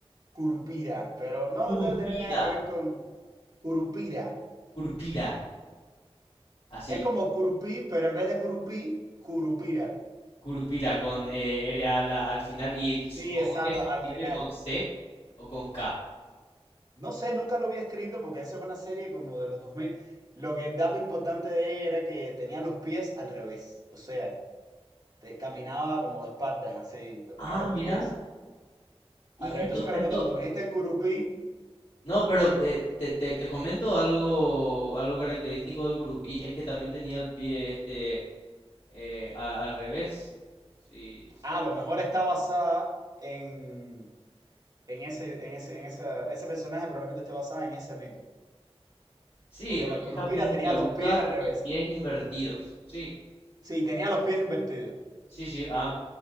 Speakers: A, on the right; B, on the left.
A: Curupira. Pero no
B: Curupira.
A: debe tener nada que ver con Curupira.
B: Curupira, así.
A: Es como Curupí, pero en vez de Curupí, Curupira.
B: Curupira con eh, R a la- al final y
A: Sí,
B: supongo
A: exacto,
B: que se
A: al
B: escribe
A: final.
B: con C o con K.
A: No sé, nunca lo había escrito porque esa fue una serie como de los dos mil Lo que el dato importante de ella era que tenía los pies al revés. O sea, te, caminaba como de espaldas, así. Pero tenía
B: Ah,
A: los
B: mira.
A: pies
B: Y
A: al revés.
B: esto,
A: Entonces me
B: esto.
A: recuerdo cuando me dijiste Curupí,
B: No, pero eh, te, te, te comento algo, algo característico del curupí, es que también tenía el pie este eh, a- al revés. Sí, sí.
A: Ah, a lo mejor está basada en, en ese, en ese, en esa- ese personaje, probablemente esté basada en ese mito.
B: Sí,
A: Porque
B: orejas
A: la Curupira
B: puntiagudas
A: tenía los pies al revés.
B: y pies invertidos. Sí,
A: Sí, tenía los pies invertidos.
B: sí, sí. Ah,